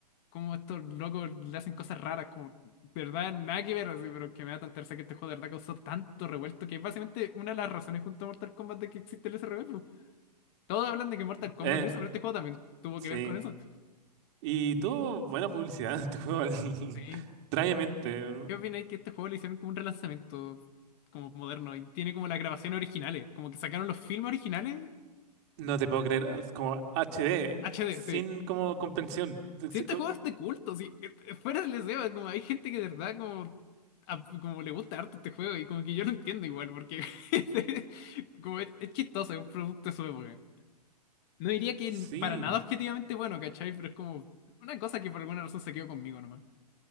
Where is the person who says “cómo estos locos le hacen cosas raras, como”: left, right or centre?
Left